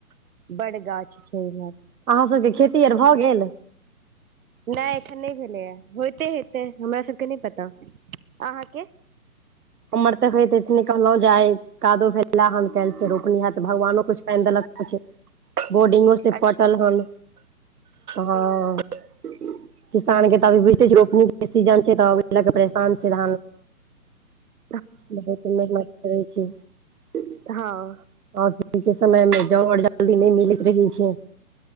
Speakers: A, on the right; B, on the right.
A: बड़का गाछ छै इम्हर
B: अहाँ सभक खेती आर भऽ गेलै
A: नहि, एखन नहि भेलै होइते हेतै, हमरा सभके नहि पता, अहाँके
B: हमर त होइते छै ने, ई कहल जाइ कादो फैलल हँ। काल्हि सँ रोपनी छै, तऽ भगवानो किछु पानि देलखिन से
A: अच्छा
B: पटल हल हँ किसानक तऽ एखन बुझिते छै, रोपनीक सीजन छै, तऽ धान लऽ कऽ परेशान छै
A: ह
B: बहुत मेहनत करै छी
A: हँ
B: आ के समयमे जाउ, आओर जल्दी नहि मिलैत रहै छै